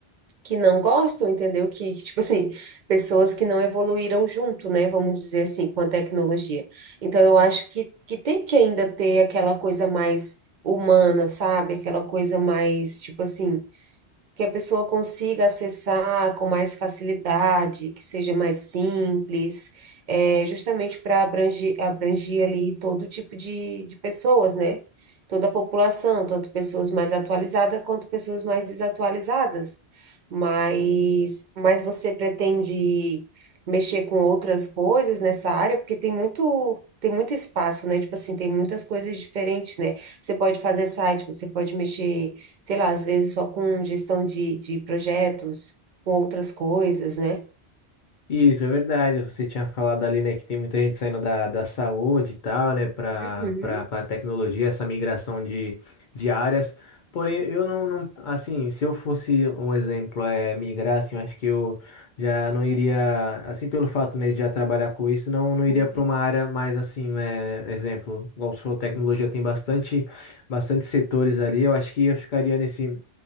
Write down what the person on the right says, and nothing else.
que não gostam, entendeu? Que, que, tipo assim, pessoas que não evoluíram junto, né? Vamos dizer assim, com a tecnologia. Então, eu acho que, que tem que ainda ter aquela coisa mais humana, sabe? Aquela coisa mais, tipo assim que a pessoa consiga acessar com mais facilidade, que seja mais simples, é, justamente para abranger, abranger ali todo tipo de, de pessoas, né? Toda a população, tanto pessoas mais atualizadas quanto pessoas mais desatualizadas. Mas, mas você pretende mexer com outras coisas nessa área, porque tem muito. Tem muito espaço, né? Tipo assim, tem muitas coisas diferentes, né? Você pode fazer site, você pode mexer sei lá, às vezes só com gestão de, de projetos, com outras coisas, né?
Uhum,
sim,